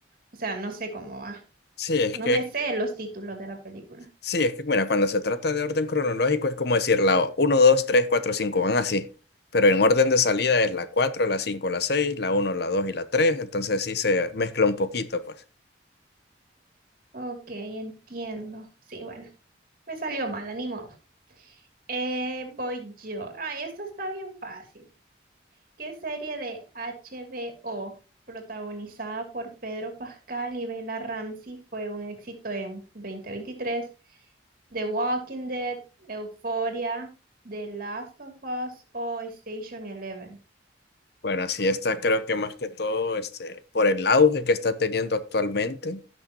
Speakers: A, on the right (about 50°); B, on the left (about 60°).
A: o sea, no sé cómo va.
B: Sí, es
A: No
B: que
A: me sé los títulos de la película.
B: Sí, es que, mira, cuando se trata de orden cronológico es como decir la uno 2 3 4 5 van así. Pero en orden de salida es la 4 la 5 la 6 la uno la 2 y la tres Entonces sí se mezcla un poquito, pues.
A: Ok, entiendo. Sí, bueno, me salió mal, ni modo. Eh, voy yo. Ay, esto está bien fácil. ¿Qué serie de HBO protagonizada por Pedro Pascal y Bella Ramsey fue un éxito en 2023? The Walking Dead, Euphoria, The Last of Us o Station Eleven.
B: Bueno, así está, creo que más que todo, este, por el auge que está teniendo actualmente,